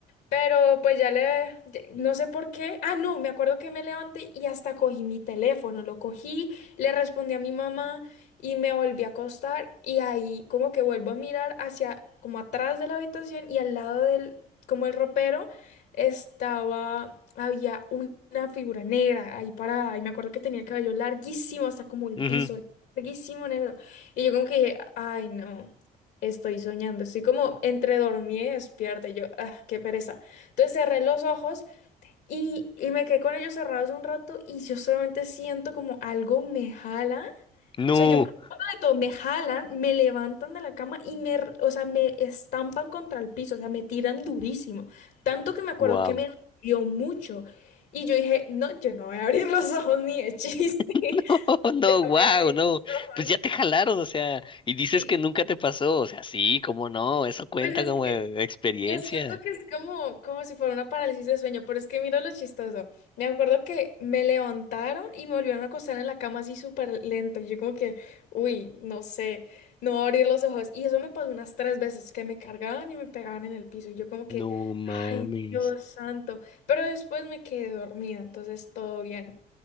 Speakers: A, on the left; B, on the left.
A: pero pues ya le, ya- no sé por qué. Ah, no, me acuerdo que me levanté y hasta cogí mi teléfono, lo cogí, le respondí a mi mamá y me volví a acostar y ahí como que vuelvo a mirar hacia, como atrás de la habitación y al lado del, como el ropero estaba, había un- una figura negra ahí parada y me acuerdo que tenía el cabello larguísimo hasta como el
B: ujú.
A: piso, larguísimo negro. Y yo como que dije, ay no, estoy soñando, estoy como entre dormida y despierta y yo, ah, qué pereza. Entonces cerré los ojos y, y me quedé con ellos cerrados un rato y yo solamente siento como algo me jala.
B: No.
A: O sea, yo me acuerdo de todo, me jalan, me levantan de la cama y me, r- o sea, me estampan contra el piso, o sea, me tiran durísimo. Tanto que me acuerdo
B: Wow.
A: que me dolió mucho. Y yo dije, no, yo no voy a abrir los ojos ni de chiste. <laughs>
B: <laughs> No,
A: Yo
B: wow,
A: no voy a abrir
B: no.
A: los
B: Pues ya
A: ojos.
B: te jalaron, o sea, y dices
A: Sí,
B: que nunca te pasó. O sea, sí, cómo no, eso cuenta
A: pues es
B: como
A: que
B: experiencia.
A: Yo siento que es como, como si fuera una parálisis de sueño, pero es que mira lo chistoso. Me acuerdo que me levantaron y me volvieron a acostar en la cama así súper lento. y Yo como que, uy, no sé, no voy a abrir los ojos. Y eso me pasó unas tres veces, que me cargaban y me pegaban en el piso. Y yo como que,
B: No mames.
A: ay, Dios santo. Pero después me quedé dormida, entonces todo bien.